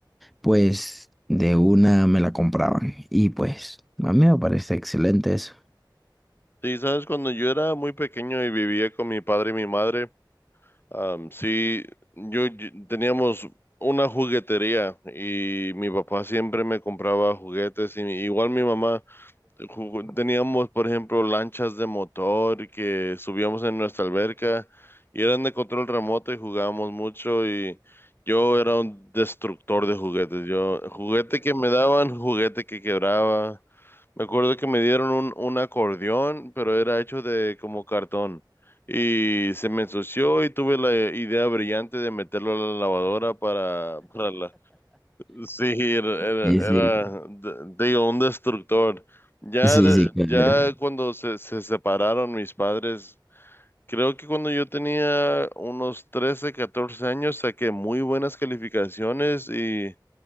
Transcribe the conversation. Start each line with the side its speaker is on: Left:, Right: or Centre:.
Centre: pues de una me la compraban. Y pues a mí me parece excelente eso.
Left: Sí, sabes, cuando yo era muy pequeño y vivía con mi padre y mi madre, am, sí, yo yo- teníamos una juguetería y mi papá siempre me compraba juguetes y mi- igual mi mamá. Jugu- Teníamos, por ejemplo, lanchas de motor que subíamos en nuestra alberca y eran de control remoto y jugábamos mucho y yo era un destructor de juguetes. Yo, juguete que me daban, juguete que quebraba. Me acuerdo que me dieron un, un acordeón, pero era hecho de como cartón y se me ensució y tuve la idea brillante de meterlo a la lavadora para, para la- Sí, era, era,
Centre: Sí,
Left: era,
Centre: sí,
Left: de- digo, un destructor. Ya,
Centre: sí,
Left: de-
Centre: sí, claro.
Left: ya cuando se, se separaron mis padres, creo que cuando yo tenía unos 13, 14 años, saqué muy buenas calificaciones y